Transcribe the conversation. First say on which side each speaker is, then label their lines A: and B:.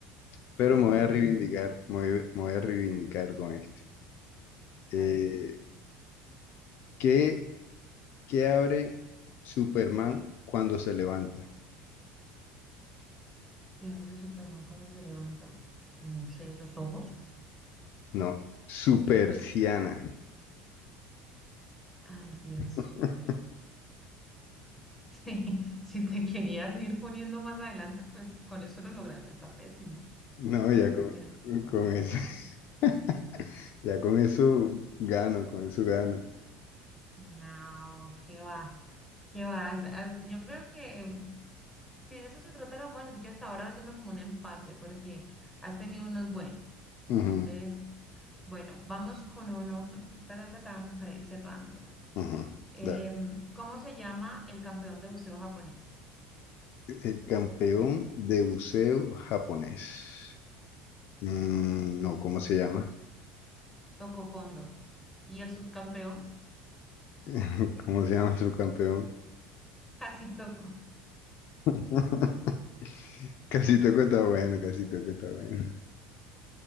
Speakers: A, on the left; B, in the centre.
A: Pero
B: Bueno,
A: me voy a reivindicar, me voy, me voy a reivindicar con este.
B: está
A: Eh,
B: bien.
A: ¿qué, qué abre Superman cuando se levanta?
B: ¿Qué abre Superman cuando se levanta? No sé, los ojos.
A: No, supersiana.
B: Ay, Dios.
A: <laughs>
B: Sí, <laughs> si te querías ir poniendo más adelante, pues con eso lo lograste, está pésimo.
A: No,
B: Súper
A: ya con,
B: ciano.
A: con
B: Ay, por
A: eso.
B: Dios.
A: <laughs> Ya con eso gano, con eso gano.
B: No, No, qué va, qué va. As- as- Yo creo que mm, si de eso se tratara, vamos a decir que hasta ahora va siendo como un empate, porque has tenido unos buenos.
A: Ujú,
B: Entonces, bueno, vamos con uno, <laughs> ta, ta, ta, tan, para ir cerrando.
A: ujú.
B: Em,
A: Da-
B: ¿cómo se llama el campeón de buceo japonés?
A: El campeón de buceo japonés. Mm, no, ¿cómo se llama?
B: Toco fondo. ¿Y el subcampeón?
A: <laughs> ¿Cómo se llama su campeón?
B: Casi toco.
A: <laughs> Casi toco está bueno, casi toco está bueno.